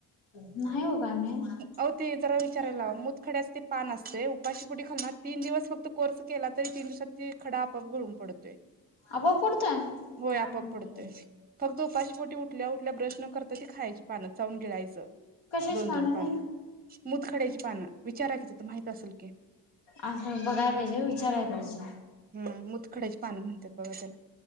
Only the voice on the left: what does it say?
नाही ओ काय माहित
आपोआप पडतोय?
कशाची
ते
असं बघाय पाहिजे विचाराय पाहिजे